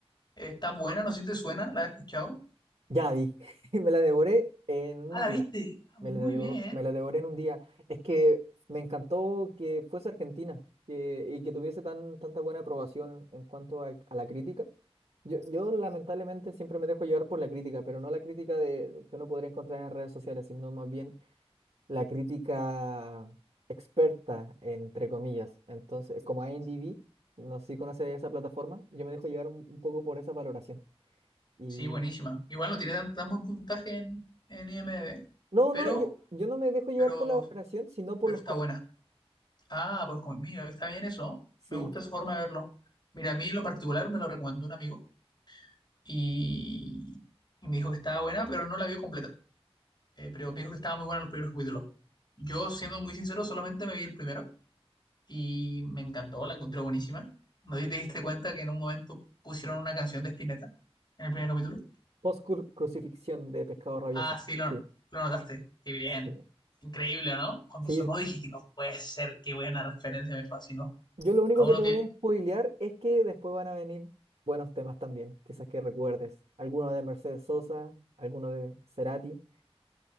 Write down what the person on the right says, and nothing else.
Ya la vi, <laughs> me la devoré en un
día,
me
la, devo-
me la devoré en un día. Es que me encantó que fuese Argentina que- y que tuviese tan, tanta buena aprobación en cuanto a, a la crítica. Yo, yo lamentablemente siempre me dejo llevar por la crítica, pero no la crítica de, que uno podría encontrar en redes sociales, sino más bien la crítica experta, entre comillas. Entonces, como IMDb, no sé si conoces esa plataforma, yo me dejo llevar un un poco por esa valoración. y
No,
no, yo, yo no me dejo llevar
por la valoración, sino por
los
comentarios.
Sí,
post-crucifixión de Pescado Rabioso.
Sí,
sí.
Sí,
yo lo único
que te
voy a spoilear es que después van a venir buenos temas también, quizás que recuerdes. Alguno de Mercedes Sosa, alguno de Cerati.